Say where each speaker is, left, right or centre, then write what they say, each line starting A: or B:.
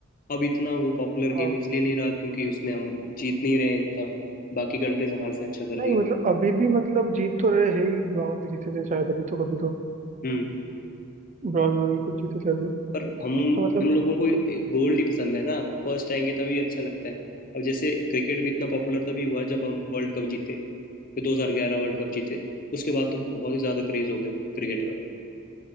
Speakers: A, on the left (about 40°); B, on the right (about 35°).
A: अब इतना वो पॉपुलर
B: हाँ
A: गेम इसलिए नहीं रहा क्योंकि उसमें हम जीत नहीं रहे हैं इतना बाकी कंट्रीज हमारे से अच्छा कर
B: नहीं
A: रही
B: मतलब
A: है
B: अभी भी मतलब जीत तो रहे हैं ही ब्रॉन्ज जीते थे शायद अभी तो कभी तो
A: हम्म
B: ब्रॉन्ज में भी कुछ जीते थे अभी
A: पर हम
B: तो मतलब
A: हम लोगों को गोल्ड ही पसंद है ना फर्स्ट आएंगे तभी अच्छा लगता है अब जैसे क्रिकेट भी इतना पॉपुलर तभी हुआ जब हम वर्ल्ड कप जीते ये दो हजार ग्यारह वर्ल्ड कप जीते उसके बाद तो बहुत ही ज्यादा क्रेज हो गया क्रिकेट का